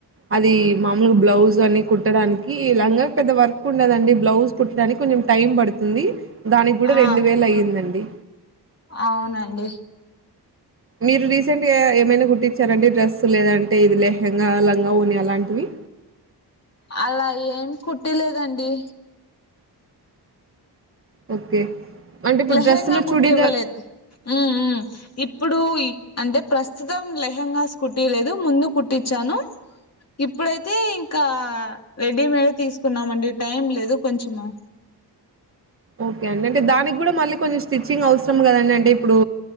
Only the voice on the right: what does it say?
అది మామూలుగా బ్లౌజ్ అని కుట్టడానికి లంగా పెద్ద వర్క్ ఉండదండి బ్లౌజ్ కుట్టడానికి కొంచెం టైం పడుతుంది. దానికి కూడా
రెండు వేలు అయ్యిందండి.
మీరు రీసెంట్ గా ఏమైనా కుట్టించార అండి డ్రెస్ లేదంటే ఇది లెహెంగా లంగా ఓని అలాంటివి.
ఓకే అంటే ఇప్పుడు
డ్రెస్సులు చూడిదర్
ఓకే అండి అంటే దానికి కూడా మళ్ళీ కొంచెం స్టిచ్చింగ్ అవసరం కదండి అంటే ఇప్పుడు